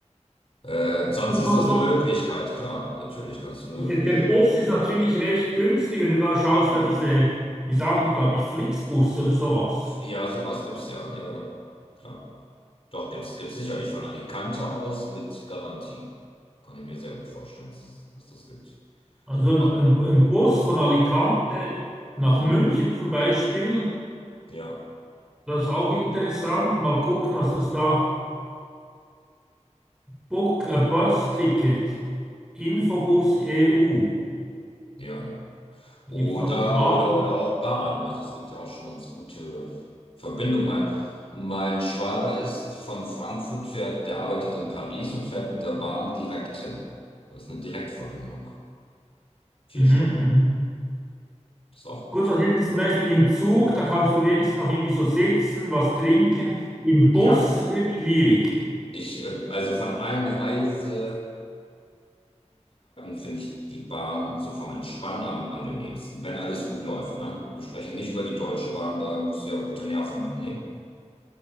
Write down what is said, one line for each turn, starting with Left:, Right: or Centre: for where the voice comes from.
Left: Äh, sonst
Centre: Und
Left: ist
Centre: So,
Left: das
Centre: so,
Left: eine Möglichkeit, klar. Natürlich kannst du eine,
Centre: der, der Bus ist natürlich recht günstig, wenn du da schaust,
Left: ja,
Centre: da diese, wie sagen die, glaube ich, Flixbus oder sowas.
Left: ja, sowas gibt's, ja, ja, ja, klar. Doch, gibt's, gibt's sicherlich von Alicante aus mit Garantie. Kann ich mir sehr gut vorstellen, dass, dass das gibt.
Centre: Also ein,
Left: Wa-
Centre: ein, ein Bus von Alicante nach
Left: hm,
Centre: München zum Beispiel,
Left: ja,
Centre: das ist auch interessant. Mal gucken, was das da. Book a Bus Ticket, Infobus EU.
Left: ja.
Centre: Da
Left: Oder,
Centre: gibt es noch bla
Left: oder,
Centre: bla.
Left: oder auch Bahn. Also es gibt ja auch schon ganz gute Verbindungen. Mein, mein Schwager ist von Frankfurt, fährt, der arbeitet in Paris und fährt mit der Bahn direkt hin. Das ist eine Direktverbindung. Vier
Centre: Mhm,
Left: Stunden.
Centre: mhm.
Left: Das ist auch gut.
Centre: Gut, was ist jetzt zum Beispiel im Zug? Da kannst du wenigstens noch irgendwie so sitzen, was trinken. Im
Left: Ja,
Centre: Bus wird schwierig.
Left: ich, äh, also von allen Reisemöglichkeiten finde ich die Bahn so vom Entspannen am angenehmsten, wenn alles gut läuft, ne? Wir sprechen nicht über die Deutsche Bahn, da musst du ja gute Nerven mitnehmen.